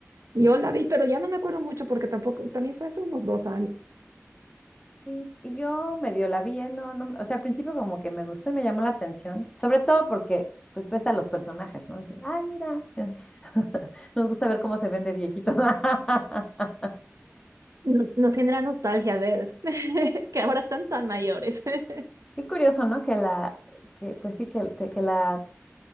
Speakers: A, on the right; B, on the left.
A: Yo la vi, pero ya no me acuerdo mucho porque tampoco, también fue hace unos dos
B: Y y yo medio la vi, ¿eh? no, no, o sea, al principio como que me gustó y me llamó la atención, sobre todo porque pues pesa los personajes, ¿no? Dices, ay, mira, <laughs> nos gusta ver cómo se ven de viejitos. <laughs>
A: Nos, nos genera nostalgia ver <laughs> que ahora están tan mayores. <laughs>
B: Qué curioso, ¿no? Que la, que, pues sí, que, te- que la,